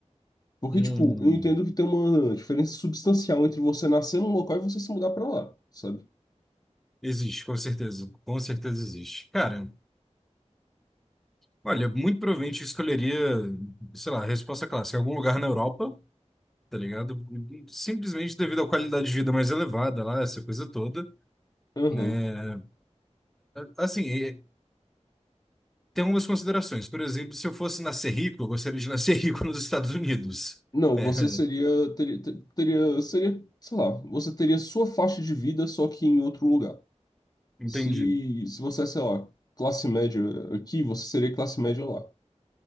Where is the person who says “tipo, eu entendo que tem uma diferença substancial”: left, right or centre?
Left